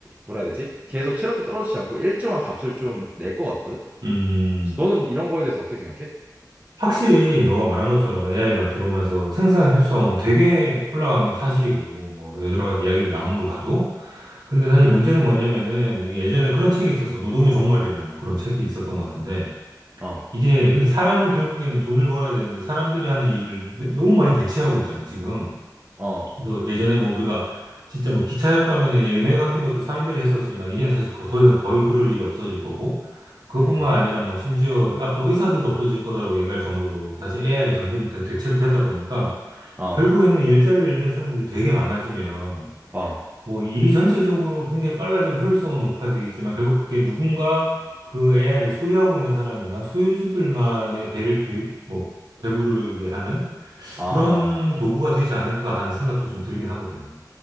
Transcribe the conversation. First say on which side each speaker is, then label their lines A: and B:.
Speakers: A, on the right (about 20°); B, on the right (about 70°).
A: 뭐라 해야 되지? 계속 체력도 떨어지지 않고 일정한 값을 좀 낼 것 같거든?
B: 음.
A: 너는 이런 거에 대해서 어떻게 생각해?
B: 확실히 너가 말한 것처럼 AI가 들어오면서 생산 효율성은 되게 올라간 건 사실이고, 뭐 여러
A: 음,
B: 가지 이야기를 나오는 걸 봐도. 근데 사실
A: 음,
B: 문제는 뭐냐면은 이게 예전에 그런 책이 있었어. 노동의 종말이라는 뭐 그런 책이 있었던 것 같은데.
A: 어,
B: 이게 근데 사람은 결국에는 돈을 벌어야 되는데 사람들이 하는 일을 내- 너무 많이 대체하고 있잖아, 지금.
A: 어,
B: 그래서 예전에 뭐 우리가 진짜 뭐 기차역 가면은 예매 같은 것도 사람들이 했었지만 이제는 사실 거- 더 이상 거의 그럴 일이 없어질 거고 그것뿐만
A: 음.
B: 아니라 뭐 심지어 앞으로 의사들도 없어질 거다라고 얘기할 정도로 사실 AI가 점점 대, 대체를 되다 보니까
A: 어,
B: 결국에는 일자리를 잃는 사람들이 되게 많아지면
A: 어,
B: 뭐 일이 전체적으로 굉장히 빨라지고 효율성은 높아지겠지만 결국 그게 누군가 그 AI를 소유하고 있는 사람이나 소유주들만의 배를 배, 뭐 배부르게 하는
A: 아.
B: 그런 도구가 되지 않을까 하는 생각도 좀
A: 어.
B: 들긴 하거든.